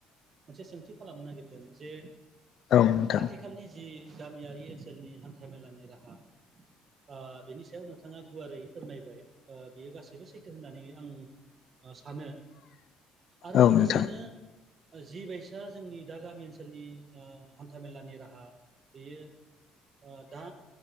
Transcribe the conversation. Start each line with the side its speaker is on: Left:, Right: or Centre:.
Right: मोनसे सोंथि खालामनो नागिरदों जे
Left: औ नोंथां
Right: आथिखालनि जि गामियारि ओनसोलनि हान्थ मेलानि राहा ओ बेनि सायाव नोंथाङा गुवारै फोरमायबाय ओ बियो गासैबो सैथो होननानै आं सानो आरो
Left: औ
Right: लोगोसेनो
Left: नोंथां
Right: जि बाय सा जोंनि दा गामि ओनसोलनि ओ हान्थाामेलानि राहा बेयो दा